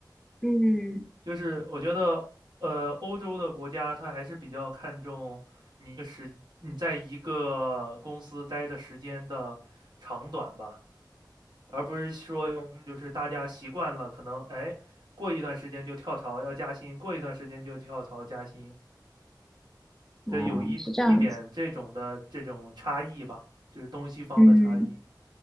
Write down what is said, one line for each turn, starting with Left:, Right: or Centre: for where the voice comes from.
Centre: 嗯，
Right: 就是我觉得，呃，欧洲的国家它还是比较看重你的时你在一个公司待的时间的长短吧，而不是说就是大家习惯了，可能哎过一段时间就跳槽要加薪，过一段时间就跳槽加薪，
Centre: 哦，
Right: 这有一一点这种的这种差异吧，
Centre: 是这样子。
Right: 就是东西方的差异。
Centre: 嗯，